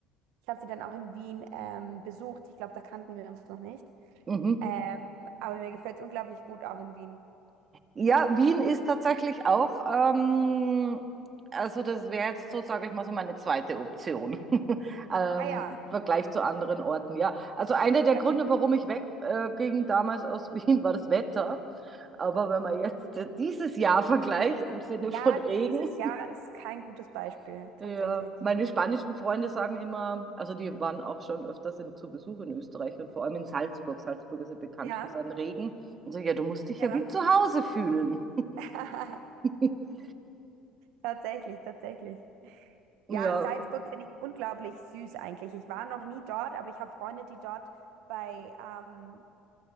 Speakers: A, on the right; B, on the right.
A: Ich habe sie dann auch in Wien ähm, besucht. Ich glaube, da kannten wir uns noch nicht.
B: Mhm.
A: Ähm, aber mir gefällt es unglaublich gut, auch in Wien.
B: Ja, Wien ist tatsächlich auch, ähm, also das wäre jetzt so, sage ich mal, so meine zweite Option <laughs> ähm,
A: Ah ja,
B: im Vergleich zu anderen Orten. Ja, also einer der
A: okay.
B: Gründe, warum ich wegging damals aus <laughs> Wien, war das Wetter. Aber wenn man jetzt äh, dieses Jahr vergleicht im Sinne von
A: Ja,
B: Regen,
A: dieses Jahr ist kein gutes Beispiel,
B: <laughs>
A: tatsächlich.
B: ja, meine spanischen Freunde sagen immer, also die waren auch schon öfters in, zu Besuch in Österreich und vor allem in Salzburg. Salzburg ist ja bekannt
A: Ja,
B: für seinen Regen. Und so, ja, du musst dich
A: ja.
B: ja wie zu Hause fühlen.
A: <laughs>
B: <laughs>
A: Tatsächlich, tatsächlich.
B: Ja,
A: Ja, Salzburg finde ich unglaublich süß eigentlich. Ich war noch nie dort, aber ich habe Freunde, die dort bei, ähm,